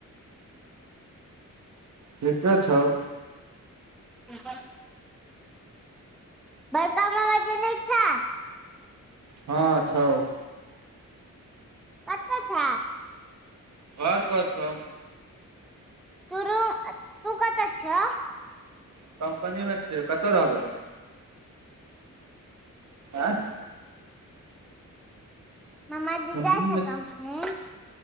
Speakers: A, on the right (about 60°); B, in the centre.
A: ठिके छैउ
B: <unintelligible> बरका मामा जी नीक छअ
A: हँ छउ
B: कतअ छअ
A: घर पर छौअ
B: तरू तू कतअ छ
A: कम्पनीमे छियै कतय रहबै आइ
B: मामाजी
A: कम्पनी
B: जाइ छै
A: मे
B: कंपनी